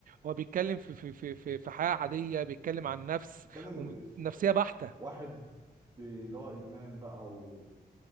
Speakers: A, on the right; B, on the right.
A: هو بيتكلم في في في في في حياه عاديه بيتكلم عن نفس
B: بيتكلم ش-
A: ونفسيه بحته
B: واحد بي- اللي هو ادمان بقى و